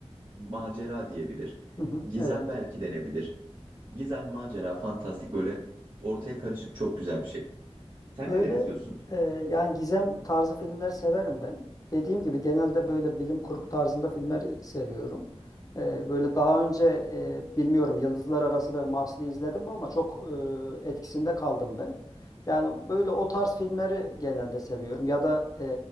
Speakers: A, on the right; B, on the left.
A: macera diyebilir.
B: Hı hı,
A: Gizem
B: evet.
A: belki denebilir. Gizem, macera, fantastik böyle ortaya karışık çok güzel bir şey. Sen
B: Böyle
A: neler izliyorsun?
B: e, yani gizem tarzı filmler severim ben. Dediğim gibi genelde böyle bilim kurgu tarzında filmleri seviyorum. E, böyle daha önce e, bilmiyorum Yıldızlar Arası ve Marslı izledim mi ama çok e, etkisinde kaldım ben. Yani böyle o tarz filmleri genelde seviyorum. Ya da e,